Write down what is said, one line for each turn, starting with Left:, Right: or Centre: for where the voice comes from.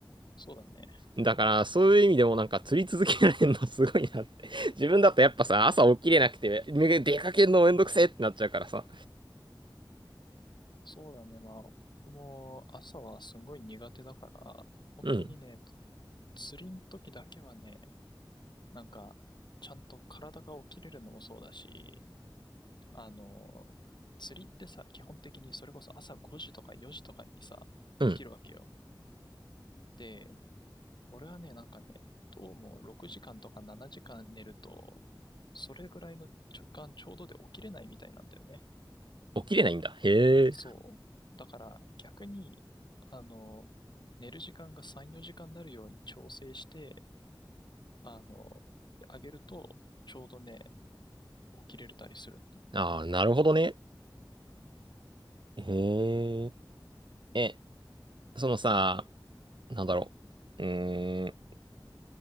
Left: そうだね。
Right: ん。だから、そういう意味でもなんか釣り続けられるのすごいなって。<laughs> 自分だとやっぱさ、朝起きれなくて、出かけるのめんどくせえってなっちゃうからさ。
Left: そうだね。まあ、僕も朝はすんごい苦手だから、本当にね、
Right: うん。
Left: 釣りの時だけはね、なんか、ちゃんと体が起きれるのもそうだし、あの、釣りってさ、基本的にそれこそ朝5時とか4時とかにさ、
Right: うん。
Left: 起きるわけよ。で、俺はね、なんかね、どうも6時間とか7時間寝ると、それぐらいの時間ちょうどで起きれないみたいなんだよね。
Right: 起きれないんだ。へえ。
Left: そう。だから逆に、あの、寝る時間が3、4時間になるように調整して、あの、あげると、ちょうどね、起きれたりする。
Right: ああ、なるほどね。へえ。え、そのさ、なんだろう。うーん。